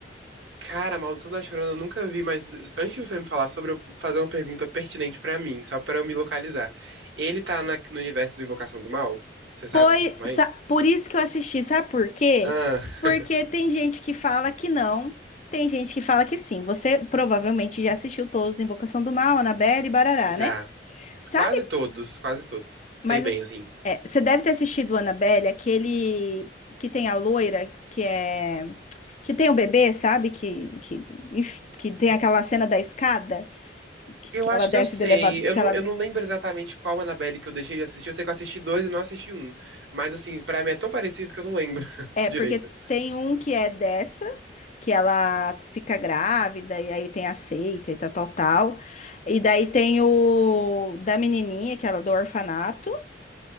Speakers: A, on the right; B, on the left.
A: Cara, a Maldição da Chorona eu nunca vi, mas antes de você me falar sobre, eu fazer uma pergunta pertinente pra mim, só pra eu me localizar. Ele tá na- no universo do Invocação do Mal? Você sabe
B: Pois,
A: me informar
B: sa-
A: isso?
B: por isso que eu assisti, sabe por quê?
A: Ah,
B: Porque
A: <laughs>
B: tem gente que fala que não, tem gente que fala que sim. Você provavelmente já assistiu todos, Invocação do Mal, Annabelle e Barará,
A: já.
B: né? Sabe
A: Quase todos, quase todos. Sei
B: Mas
A: bem,
B: as-
A: assim.
B: é, você deve ter assistido Annabelle, aquele que tem a loira, que é que tem o bebê, sabe? Que, que, enf- que tem aquela cena da escada, que,
A: Eu
B: que
A: acho
B: ela desce
A: que eu sei.
B: do elevador,
A: Eu
B: que
A: não,
B: ela
A: eu não lembro exatamente qual Annabelle que eu deixei de assistir. Eu sei que eu assisti dois e não assisti um. Mas, assim, pra mim é tão parecido que eu não lembro <laughs>
B: é
A: direito.
B: porque tem um que é dessa, que ela fica grávida e aí tem a seita e tal, tal, tal. E daí tem o da menininha, que ela é do orfanato.